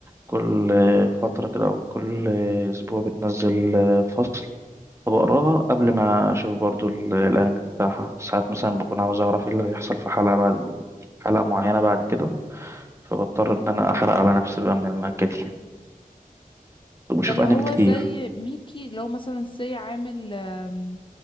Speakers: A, on the right; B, on the left.
A: كل فترة كده أو كل أسبوع بتنزل فصل فبقراها قبل ما أشوف برضو ال- الأنمي بتاعها ساعات مثلا بكون عاوز أعرف إيه اللي هيحصل في حلقة بعد حلقة معينة بعد كده فبضطر إن أنا أحرق على نفسي بقى من المانجا دي وبشوف
B: ده اللي
A: أنمي
B: هو
A: كتير
B: زي ميكي لو مثلا سي عامل آم،